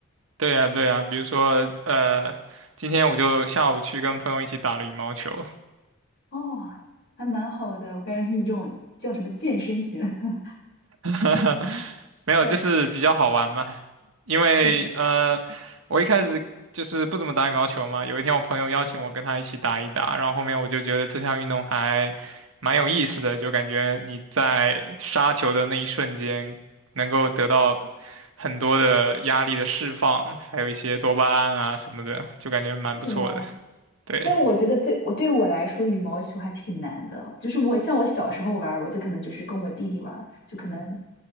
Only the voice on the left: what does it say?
哦，还蛮好的。我感觉你这种叫什么健身型？<laughs>
对，
是的，
是吗？
但我觉得对我对我来说，羽毛球还挺难的。就是我像我小时候玩儿我就可能就是跟我弟弟玩儿就可能